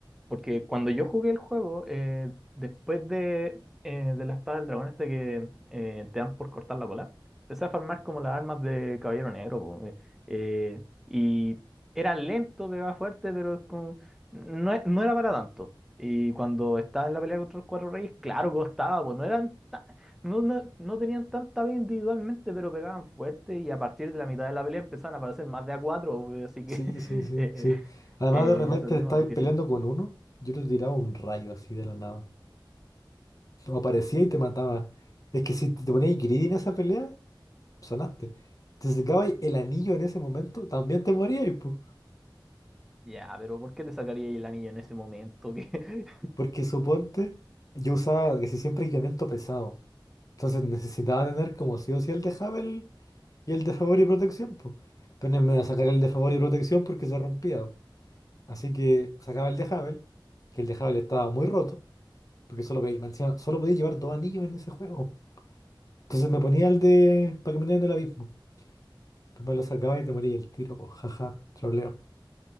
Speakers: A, in the centre; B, on the left.
A: porque cuando yo jugué el juego, eh, después de, eh, de la espada del dragón este que eh, te dan por cortar la cola, empecé a farmar como las armas de Caballero Negro. po. Eh, y era lento, pegaba fuerte, pero es como no, e- no era para tanto. Y cuando estaba en la pelea contra los Cuatro Reyes, claro, costaba, pues no eran ta- no, no, no tenían tanta vida individualmente, pero pegaban fuerte y a partir de la mitad de la pelea empezaban a aparecer más de a cuatro, <laughs> pues, así
B: Sí,
A: que <laughs>
B: sí, sí,
A: eh,
B: sí. Además
A: eh,
B: de repente
A: se volvió
B: estabais
A: más difícil.
B: peleando con uno, yo te tiraba un rayo así de la nada. O aparecía y te mataba. Es que si te ponías greedy en esa pelea, sonaste. Te sacabas el anillo en ese momento, también te morías, pues.
A: Ya, pero ¿por qué te sacaría el anillo en ese momento? <laughs> Que,
B: Porque suponte, yo usaba casi siempre equipamiento pesado. Entonces necesitaba tener como sí o sí el de Havel y el de favor y protección, pues. Pero no me iba a sacar el de favor y protección porque se rompía, po. Así que sacaba el de Havel, que el de Havel estaba muy roto, porque solo podía, me decía solo podía llevar dos anillos en ese juego. Entonces me ponía el de para caminar en el abismo. Pues me lo sacaba y te moría el tiro, pues, jaja, troleo.